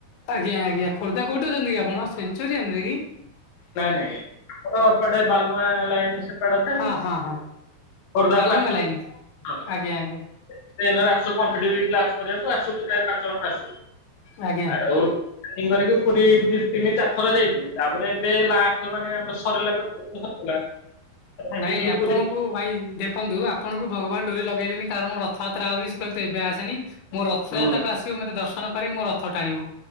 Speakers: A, on the left (about 80°); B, on the left (about 70°).
A: ଆଜ୍ଞା ଆଜ୍ଞା ଖୋର୍ଦ୍ଧା କଉଠି ଅଛନ୍ତି କି ଆପଣ ସେଞ୍ଚୁରିଆନ କି?
B: ନାଇଁ ନାଇଁ ସିଆଡ଼େ ବାଲୁଆଁ ଲାଇନ ସେପଡ ଟା
A: ହଁ ହଁ ହଁ
B: <unintelligible> ସବୁ
A: ବାଲୁଙ୍ଗା ଲାଇନି ଆଜ୍ଞା ଆଜ୍ଞା
B: କମ୍ପିଟିବିଟ କ୍ଲାସ କରିବାକୁ <unintelligible> ଚାରି ପାଞ୍ଚ ଜଣ ଆସୁ
A: ଆଜ୍ଞା।
B: ଆଉ ଏମିତି କରିକି ପୁରୀ ଦି ତିନି ଚାରିଥର ଯାଇଚୁ ତାପରେ ଏବେ ଲାଷ୍ଟ ମାନେ ଆମର ସରିଲା <unintelligible> ଭାବଥିଲୁ
A: ନାଇଁ ଆପଣଙ୍କୁ
B: ପୁରୀ ଯିବୁ।
A: ଭାଇ ଦେଖ ଦେଖନ୍ତୁ ଆପଣଙ୍କୁ ଭଗବାନ ଡୋରି ଲଗେଇଲେନି କାରଣ ରଥଯାତ୍ରା ଆଉଚି ସେ କହିଲେ ତୁ ଏବେ ଆସେନି ମୋ ରଥଯାତ୍ରାକୁ
B: ହୁଁ
A: ଆସିବୁ ମୋତେ ଦର୍ଶନ କରିକି ମୋ ରଥ ଟାଣିବୁ।